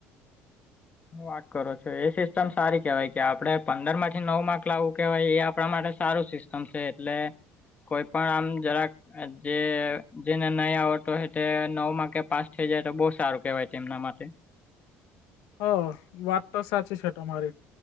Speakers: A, on the left; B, on the left.
A: હું વાત કરું છું, એ સિસ્ટમ સારી કેવાય કે, આપડે પંદર માંથી નવ માર્ક લાવવું કેવાય એ આપણા માટે સારું સિસ્ટમ છે, એટલે કોઈ પણ આમ જરાક. જે જેને ન આવતો હો, તે નવ માં કે પાસ થઇ જાય, તો બહુ સારું કેવાય એના માટે.
B: હ, વાત તો સાચી છે તમારી.